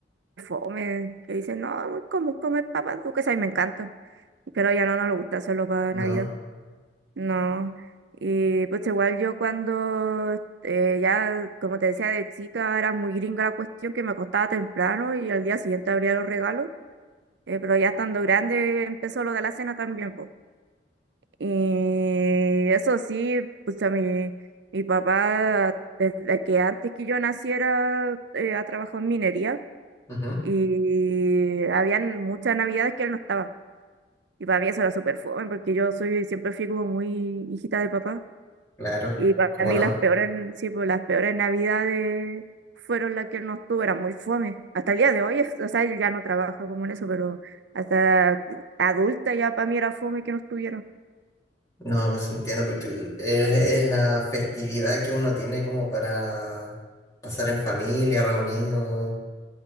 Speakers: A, on the right (about 70°); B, on the left (about 20°).
A: fome, que dice, no, como comer papas duques, a mí me encantan, pero ya no nos gusta hacerlo para
B: ¿no?
A: Navidad, no. Y pues igual yo cuando eh, ya, como te decía, de chica era muy gringa la cuestión, que me acostaba temprano y al día siguiente abría los regalos, eh, pero ya estando grande empezó lo de la cena también, pues. Y eso sí, pues a mi... Mi papá, desde que antes que yo naciera, eh, ha trabajado en minería
B: Ujú,
A: y habían muchas navidades que él no estaba. Y para mí eso era súper fome, porque yo soy, siempre fui como muy hijita de papá.
B: claro,
A: Y para
B: cómo
A: mí
B: no.
A: las peores, sí, pues las peores navidades fueron las que él no estuvo, era muy fome. Hasta el día de hoy, es- o sea, él ya no trabaja como en eso, pero hasta adulta ya para mí era fome que no estuviera.
B: No, pues entiendo, porque el- es, es la festividad que uno tiene como para pasar en familia, reunidos,